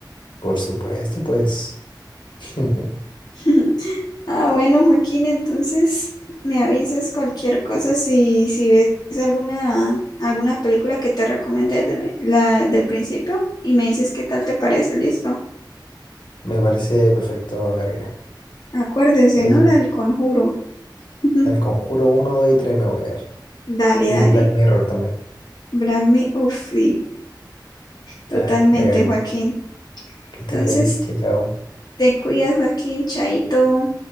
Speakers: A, on the left; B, on the left.
A: por supuesto, pues. <laughs>
B: <laughs> Ah, bueno, Joaquín, entonces me avisas cualquier cosa si, si ves alguna, alguna película que te recomendé de la, del principio y me dices qué tal te parece, listo.
A: Me parece perfecto, Gabriela.
B: Acuérdese,
A: Oye,
B: ¿no? La del conjuro. <laughs>
A: tal Conjuro uno 2 y 3 me voy a ver.
B: Dale,
A: Y
B: dale.
A: Black Mirror también.
B: Brame, uff, sí, totalmente,
A: Ya, ya, Karina.
B: Joaquín.
A: Que estés
B: Entonces,
A: bien. Chao, chao.
B: te cuidas, Joaquín, chaito.